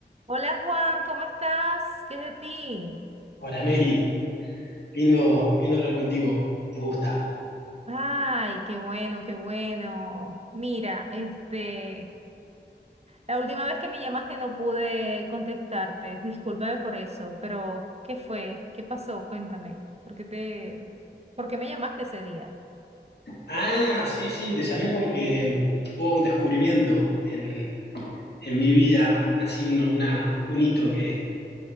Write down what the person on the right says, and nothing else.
Hola Juan, ¿cómo estás? ¿Qué es de ti?
Ay, qué bueno, qué bueno. Mira, este, la última vez que me llamaste no pude contestarte. Discúlpame por eso, pero ¿qué fue? ¿Qué pasó? Cuéntame. ¿Por qué te, por qué me llamaste ese día?